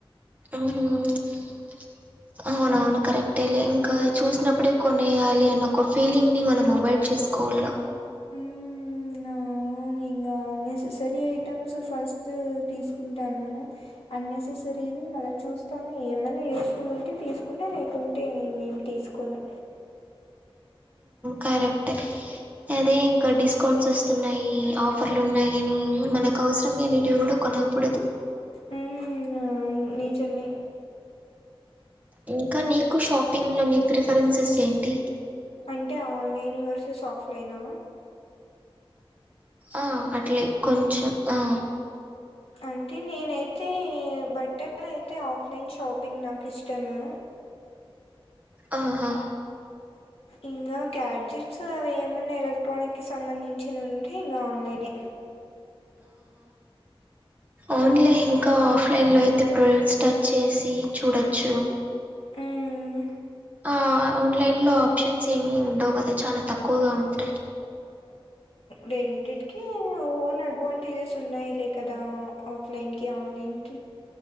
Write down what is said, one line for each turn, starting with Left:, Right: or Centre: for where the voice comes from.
Right: ఉహు <unintelligible> కరెక్టే లే ఇంకా చూసినప్పుడే కొనేయాలి అన్న ఒక ఫీలింగ్ ని మనం అవాయిడ్ చేసుకోవాల
Left: హ్మ్మ్ అవు ఇంకా నెససరీ ఐటమ్స్ ఫస్ట్ తీసుకుంటాను అన్నెసెసరీవి మళ్ళ చూ తను ఏమైనా యూస్ఫుల్ ఉంటే తీసుకుంటే లేకుంటే ఇంకేం తీసుకోను
Right: కరెక్ట్ అదే ఇంకా డిస్కౌంట్స్ వస్తున్నాయి ఆఫర్ అట్లు ఉన్నాయని మనకు అవసరం లేనిటివి కూడా కొనకూడదు
Left: హు అవును నిజమే
Right: ఇంకా నీకు షాపింగ్ లో ని ప్రిఫరెన్సెస్ ఏంటి
Left: అంటే ఆన్లైన్ వర్ ఆఫ్లైన
Right: ఆ అట్లే కొంచెం ఆ
Left: అంటే నేనైతే బట్టలు అయితే ఆఫ్లైన్ షాపింగ్ నాకు ఇష్టము
Right: ఆ హా
Left: ఇంకా గ్యాడ్జెట్స్ అవి ఏమన్నా ఎలక్ట్రానిక్ కి సంబంధించినవి ఆవున్ నేనె
Right: ఔన్లె ఇంకా ఆఫ్లైన్లో అయితే ప్రోడక్ట్స్ టచ్ చేసి చూడొచ్చు
Left: హ్మ్.
Right: ఆ ఆన్లైన్ లో ఆప్షన్స్ ఏమి ఉండవు కదా చాన తక్కువగా ఉంటాయి
Left: రెండిటికీ ఓన్ అడ్వాంటేజెస్ ఉన్నాయిలే కదా ఆఫ్లైన్ కి ఆన్లైన్ క